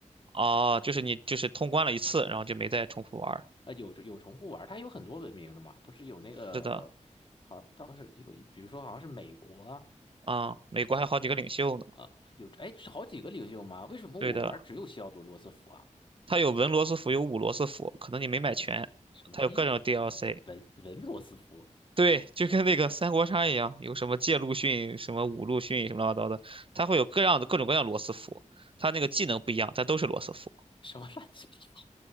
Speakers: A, on the right; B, on the left.
A: 哦，就是你就是通关了一次，然后就没再重复玩儿
B: 啊，有有重复玩儿它有很多文明的嘛，不是有那个好当时有一比如说好像是美国啊，
A: 是的，啊，美国还有好几个领袖呢。
B: 呃，有哎是好几个领袖吗？为什么我玩儿只有西奥多·
A: 对的，
B: 罗斯福啊？
A: 它有文罗斯福，有武罗斯福，可能你没买全，
B: 什么玩意儿？
A: 它有各种 DLC。
B: 文文罗斯福？
A: 对，就跟那个三国杀一样，有什么借陆逊、什么武陆逊、什么乱七八糟的，它会有各样的各种各样的罗斯福，它那个技能不一样，但都是罗斯福
B: 什么乱七八？